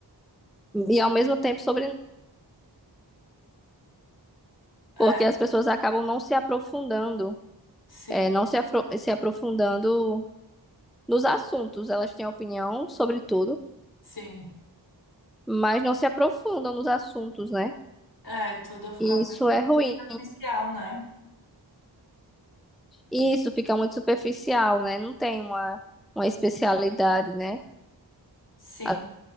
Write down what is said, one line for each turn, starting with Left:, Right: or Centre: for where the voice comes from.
Centre: E ao mesmo tempo sobre
Left: É,
Centre: porque as pessoas acabam não se aprofundando,
Left: sim,
Centre: é, não se, afro- se aprofundando nos assuntos. Elas têm opinião sobre tudo,
Left: sim.
Centre: mas não se aprofundam nos assuntos, né?
Left: É, tudo fica
Centre: E isso
Left: muito
Centre: é ruim.
Left: superficial, né?
Centre: E isso fica muito superficial, né? Não tem uma, uma especialidade, né?
Left: Sim,
Centre: A-